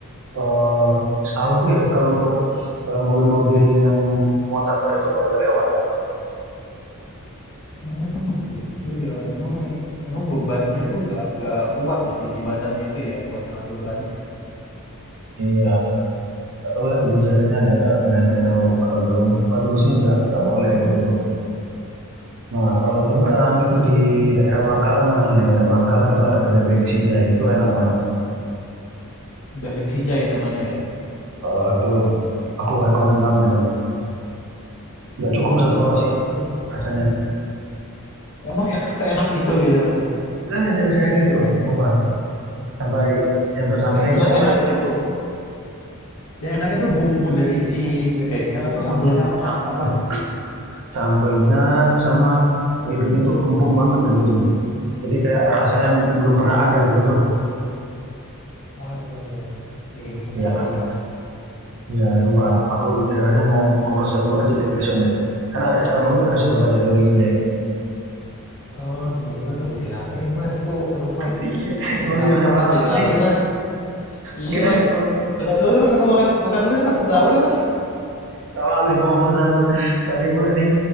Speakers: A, on the right (about 60°); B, on the left (about 65°).
A: eh setahuku ya kalau untuk eh, mobil-mobil yang muatan berat itu nggak boleh lewat
B: Hmm gitu ya. Emang emang bebannya tuh nggak nggak kuat ya si jembatannya itu ya, buat tahan bebannya ya?
A: Iya, nggak tahu ya kebijakannya ada ganti atau atau belum. Kalau dulu sih nggak nggak boleh gitu. Nah, kalau nyebrang itu
B: Mmm,
A: di daerah Bangkalan namanya, daerah Bangkalan itu ada bebek sinjai, itu enak banget.
B: Bebek Sijai namanya ya?
A: Eh, itu aku rekomend banget itu. Nggak cukup
B: Oke
A: satu
B: deh
A: porsi
B: boleh tuh, Mas.
A: rasanya.
B: Emang enak seenak itu gitu, Mas?
A: Nah, saya sayang gitu, lupa sampai sampai sampai
B: Yang
A: nggak
B: yang
A: tahu
B: enak
A: ya istri
B: itu yang enak itu bumbu dari si bebeknya
A: bumbunya
B: atau sambelnya apa
A: sambal
B: atau apanya?
A: sambalnya sama bebeknya itu empuk banget kayak gitu. Jadi kayak rasa yang belum pernah ada gitu loh bro.
B: Waduh, bikin ngiler
A: Iya.
B: nih, Mas.
A: Iya, sumpah. Aku tidak rasa mau
B: Iya.
A: mau pesan gua aja deh besok nih. Karena ada cabang juga di Surabaya, Bebek Sinjai.
B: Oh gitu, tuh jadi lapar nih, Mas, aku. Aduh, Mas,
A: Iya. <laughs>
B: gara-gara
A: Emang jam-jam
B: Mas aku
A: lapar
B: jadi laper
A: nih.
B: nih, Mas. Iya,
A: Oke deh,
B: Mas. Udah dulu nih, Mas, aku makan makan dulu nih, Mas, sahur nih, Mas.
A: sama aku juga mau pesan Shopee Food ini.